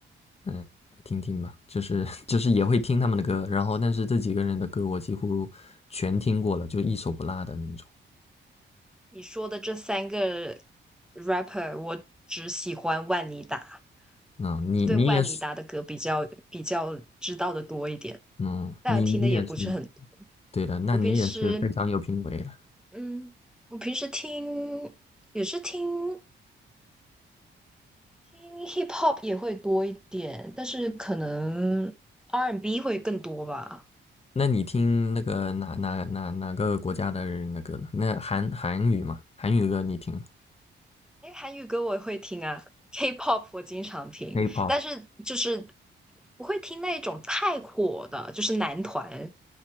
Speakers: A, on the left; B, in the centre.
A: 嗯，听听吧，就是 <laughs> 就是也会听他们的歌，然后但是这几个人的歌我几乎全听过了，就一首不落的那种。
B: 你说的这三个 rapper，我只喜欢万妮达，
A: 嗯，你你也是，
B: 对万妮达的歌比较比较知道的多一点，
A: 嗯，
B: 但听的也不是很
A: 你你也是，对的，那你也是非常有品味了。
B: 我平时，嗯，我平时听也是听听 hip hop 也会多一点，但是可能 R&B and B 会更多吧。
A: 那你听那个哪哪哪哪个国家的人那歌呢？那韩韩语嘛，韩语歌你听吗
B: 因为韩语歌我也会听啊，K-pop 我经常听，
A: ？K-pop，
B: 但是就是不会听那种太火的，就是男团。